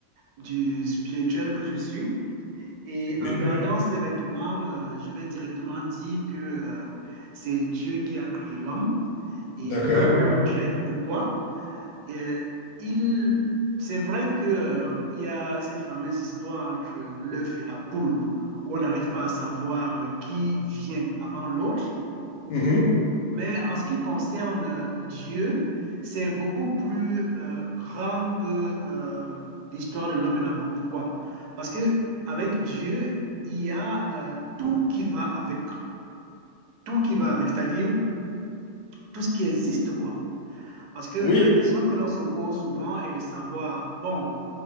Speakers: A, on the right; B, on the left.
A: du spirituel que je suis. Et
B: Mais-
A: en regardant ces vêtements, euh, je vais directement dire que euh, c'est Dieu qui a créé l'homme et
B: D'accord.
A: non le contraire. Pourquoi? Euh, il, c'est vrai que, euh, il y a cette fameuse histoire entre l'œuf et la poule où on n'arrive pas à savoir euh, qui vient avant l'autre.
B: Mhm.
A: Mais en ce qui concerne euh, Dieu, c'est beaucoup plus euh, grand que euh, l'histoire de l'homme et la poule. Pourquoi? Parce que avec Dieu, il y a euh, tout qui va avec, tout qui va avec, c'est-à-dire tout ce qui existe, quoi. Parce que la
B: Oui.
A: question que l'on se pose souvent est de savoir, bon,